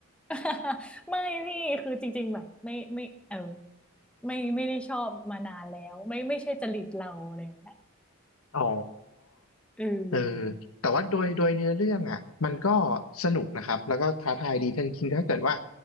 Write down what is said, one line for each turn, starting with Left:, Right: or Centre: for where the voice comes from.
Centre: <laughs> ไม่พี่คือจริงๆแบบไม่ไม่เออไม่ไม่ได้ชอบมานานแล้วไม่ไม่ใช่จริตเราอะไรอย่างเงี้ย
Left: อ๋อ
Centre: เออ
Left: เออแต่ว่าโดยโดยเนื้อเรื่องอ่ะมันก็สนุกนะครับแล้วก็ท้าทายดีทั้งจริงๆถ้าเกิดว่า